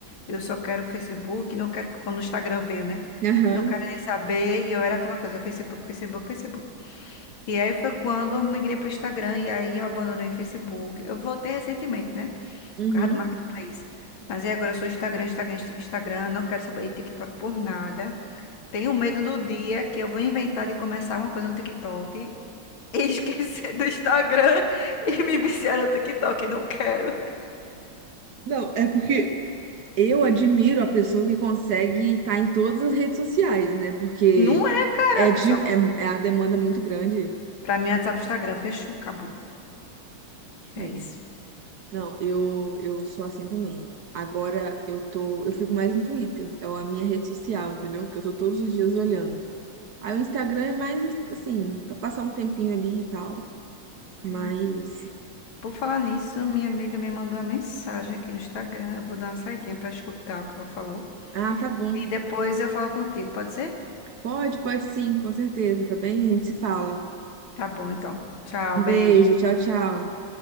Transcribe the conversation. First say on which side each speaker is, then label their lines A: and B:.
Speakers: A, on the left; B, on the right.
A: eu só quero o Facebook, não quero, quando o Instagram veio, né?
B: Aham,
A: Não quero nem saber, e eu era aquela coisa, Facebook, Facebook, Facebook. E aí foi quando eu migrei pro Instagram, e aí eu abandonei o Facebook. Eu voltei recentemente, né?
B: uhum.
A: Por causa do Marketplace. Mas aí agora eu sou Instagram, Instagram, Insta- Instagram, não quero saber de TikTok por nada. Tenho medo do dia que eu vou inventar de começar alguma coisa no TikTok e <laughs> esquecer do Instagram e me viciar no TikTok. Não quero.
B: Não, é porque eu admiro a pessoa que consegue estar em todas as redes sociais, né? Porque
A: Não é, cara.
B: É, de,
A: Eu só...
B: é, é a demanda muito grande.
A: Pra mim, WhatsApp, Instagram, fechou, acabou. É
B: É.
A: isso.
B: Não, eu, eu sou assim também. Agora eu tô, eu fico mais no Twitter, é a minha rede social, entendeu? Porque eu tô todos os dias olhando. Aí o Instagram é mais assim, pra passar um tempinho ali e tal. Mas,
A: É. Por falar nisso, minha amiga me mandou uma mensagem aqui no Instagram. Eu vou dar uma saidinha pra escutar o que ela falou.
B: ah, tá bom.
A: E depois eu falo contigo, pode ser?
B: Pode, pode sim, com certeza, tá bem? A gente se fala.
A: Tá bom, então. Tchau,
B: Um
A: beijo.
B: beijo, tchau, tchau.